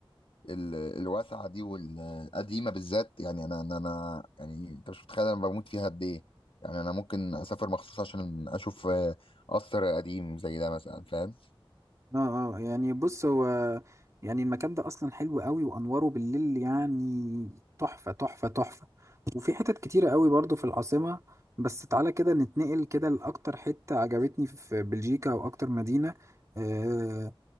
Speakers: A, on the left; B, on the right.
A: ال... الواسعة دي والقديمة بالذات يعني انا انا أنا- يعني انت مش متخيل انا بموت فيها قد ايه يعني انا ممكن اسافر مخصوص عشان اشوف آه، قصر قديم زي ده مثلا فاهم
B: اه اه يعني بص هو يعني المكان ده اصلا حلو قوي وانواره بالليل يعني تحفة تحفة تحفة وفي حتت كتيرة قوي برضو في العاصمة بس تعالى كده نتنقل كده لأكتر حتة عجبتني في بلجيكا او اكتر مدينة آه